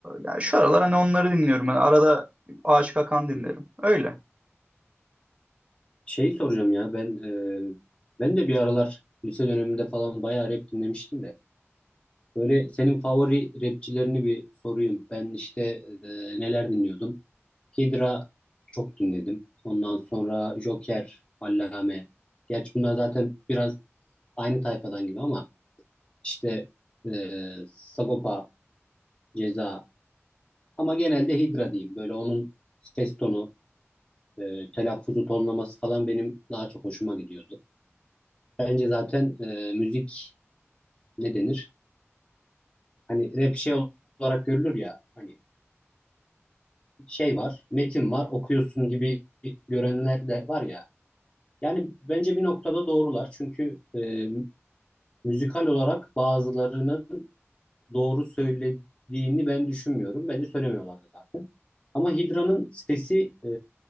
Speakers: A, on the right (about 25°); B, on the left (about 20°).
A: yani şu aralar hani onları dinliyorum.
B: Anladım.
A: hani arada Aşık Akan dinlerim.
B: Hı hı.
A: Öyle.
B: Şey soracağım ya ben e, ben de bir aralar lise döneminde falan bayağı rap dinlemiştim de. Böyle senin favori rapçilerini bir sorayım. Ben işte e, neler dinliyordum? Hydra çok dinledim. Ondan sonra Joker, Allame. Gerçi bunlar zaten biraz aynı tayfadan gibi ama işte e, Sagopa, Ceza ama genelde Hydra diyeyim. Böyle onun ses tonu, e, telaffuzu, tonlaması falan benim daha çok hoşuma gidiyordu. Bence zaten e, müzik ne denir? Hani rap şey olarak görülür ya hani şey var, metin var, okuyorsun gibi görenler de var ya Yani bence bir noktada doğrular. Çünkü e, müzikal olarak bazılarının doğru söylediğini ben düşünmüyorum. Bence söylemiyorlardı zaten. Ama Hidra'nın sesi e,